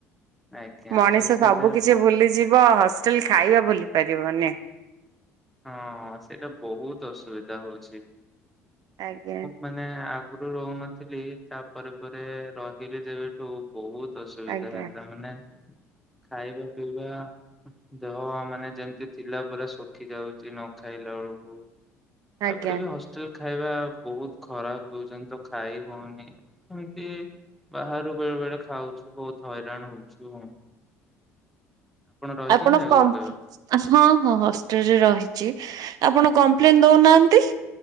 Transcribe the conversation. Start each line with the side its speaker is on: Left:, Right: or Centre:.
Centre: ଆଜ୍ଞା
Right: ମଣିଷ
Centre: ତ ସେଇଟାରେ
Right: ସବୁ କିଛି
Centre: ହଁ
Right: ଭୁଲିଯିବ ହଷ୍ଟେଲ ଖାଇବା ଭୁଲି ପାରିବନି।
Centre: ହଁ ସେଇଟା ବହୁତ ଅସୁବିଧା ହଉଛି।
Right: ଆଜ୍ଞା।
Centre: ମାନେ ଆଗରୁ ରହୁନଥିଲି ତାପରେ ପରେ ରହିଲି ଯେବେଠୁ ବହୁତ ଅସୁବିଧା
Right: ଆଜ୍ଞା
Centre: ହେଲା ମାନେ ଖାଇବା ପିଇବା ଦେହ ମାନେ ଯେମିତି ଥିଲା ପୁରା ସୁଖି ଯାଉଛି ନ ଖାଇଲା ବେଳକୁ
Right: ଆଜ୍ଞା।
Centre: ତାପରେ ବି ହଷ୍ଟେଲ ଖାଇବା ବହୁତ ଖରାପ ଦଉଛନ୍ତି ତ ଖାଇ ହଉନି। ଏମତି ବାହାରୁ ବେଳେ ବେଳେ ଖାଉଛୁ ବହୁତ ହଇରାଣ ହଉଛୁ। ରହିଛନ୍ତି
Right: ଆପଣ
Centre: ଆଗରୁ
Right: କମ
Centre: କେବେ?
Right: <unintelligible> ହଁ ହଁ ହଷ୍ଟେଲ ରେ ରହିଛି ଆପଣ କମ୍ପ୍ଲେନ ଦଉନାହାନ୍ତି।